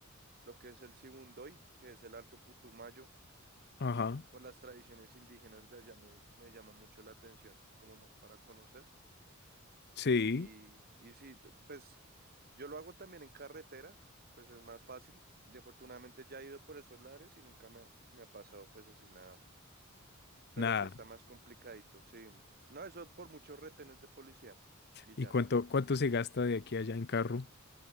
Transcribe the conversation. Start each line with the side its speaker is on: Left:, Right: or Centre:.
Right: lo que es el Sibundoy, que es el Alto Putumayo,
Left: Ajá.
Right: o las tradiciones indígenas de allá me, me llama mucho la atención, es como más para conocer.
Left: Sí.
Right: Y, y sí, t- pues yo lo hago también en carretera, pues es más fácil. Y afortunadamente ya he ido por esos lares y nunca me, me ha pasado pues así nada, pero
Left: Nada.
Right: sí está más complicadito, sí. No, eso por muchos retenes de policía y
Left: ¿Y
Right: ya.
Left: cuánto, cuánto se gasta de aquí a allá en carro?